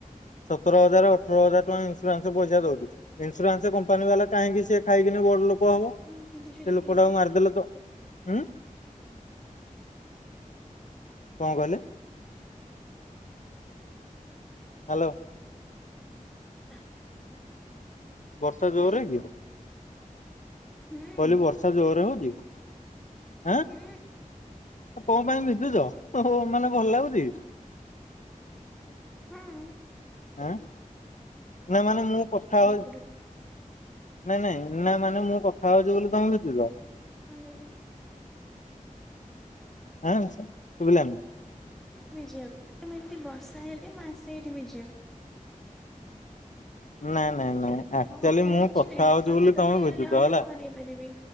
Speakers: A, on the left; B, in the centre.
A: ସତର ହଜାର ଅଠର ହଜାର ଟଙ୍କା ଇନ୍ସୁରାନ୍ସ ପଇସା ଦଉଛୁ। ଇନ୍ସୁରାନ୍ସ କମ୍ପାନୀ ବାଲା କାହିଁକି ସେ ଖାଇକିନି ବଡ ଲୋକ ହବ
B: ହଁ କେମିତି ଜୋରେ
A: ସେ ଲୋକ
B: କହିଲ
A: ଟାକୁ ମାରିଦେଲେ ତ ହୁଁ କଣ କହିଲେ? ହ୍ୟାଲୋ।
B: ଆ,
A: ବର୍ଷା ଜୋରେ
B: ଆଜ୍ଞା
A: କି?
B: ହୁଁ
A: କହିଲି ବର୍ଷା ଜୋରେ ହଉଛି? ଆଁ
B: ହୁଁ
A: କଣ ପାଇଁ ଭିଜୁଚ ଓ ହୋ ମାନେ ଭଲ ଲାଗୁଛି।
B: ହଁ।
A: ଆଁ ନା ମାନେ ମୁଁ କଥା
B: କହିଲି
A: ହଉ
B: ଏପଟକୁ
A: ନାଇଁ ନାଇଁ ନା ମାନେ ମୁଁ କଥା ହଉଛି ବୋଲି ତମେ ଭିଜିଲ।
B: <unintelligible>
A: ଆଁ ସାର୍ ଶୁଭିଲାନି।
B: ଭିଯିବାକୁ <unintelligible> ଏମିତି ବର୍ଷା ହେଲେ ମୁଁ ଆସେ ଏଠି ଭିଜିବାକୁ।
A: ନାଇଁ ନାଇଁ ନାଇଁ ଆକ୍ଚୁଆଲି
B: କଥାରେ
A: ମୁଁ
B: କିଛି
A: କଥା
B: ନାହିଁ
A: ହଉଛି
B: ମତେ
A: ବୋଲି
B: ତ
A: ତମେ
B: ମୁଁ ଏଇନେ
A: ଭିଜୁଚ
B: ନହେଲେ
A: ହେଲା।
B: ପହଁରେଇ ପାରିବି।